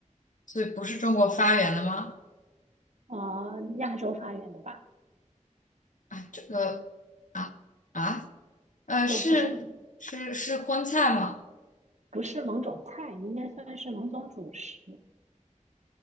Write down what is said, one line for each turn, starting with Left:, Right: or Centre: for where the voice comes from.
Left: 所以不是中国发源的吗？
Right: 啊，亚洲发源的吧，
Left: 啊，这个啊啊呃是是是荤菜吗？
Right: 就不是不是某种菜，应该算是某种主食。